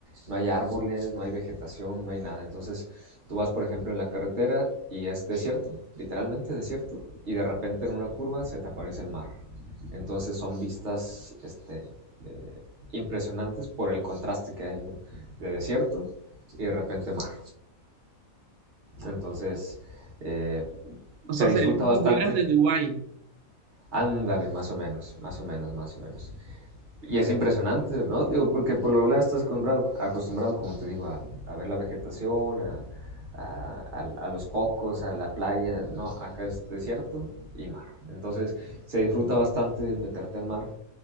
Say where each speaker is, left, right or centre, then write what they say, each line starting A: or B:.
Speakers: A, on the right; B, on the right.
A: no hay árboles, no hay vegetación, no hay nada. Entonces tú vas, por ejemplo, en la carretera y es desierto, literalmente desierto, y de repente en una curva se te aparece el mar. Entonces son vistas este, eh, impresionantes por el contraste que hay ¿no? de desierto y de repente mar. Entonces, eh,
B: O
A: se
B: sea,
A: disfruta
B: sería como
A: bastante.
B: vibras de Dubái,
A: Ándale, más o menos, más o menos, más o menos. Y es impresionante, ¿no? Digo, porque por lo regular estás acostumbrado, acostumbrado como te digo, a, a ver la vegetación, a, a, a, a los cocos, a la playa. No, acá es desierto y mar. Entonces, se disfruta bastante meterte al mar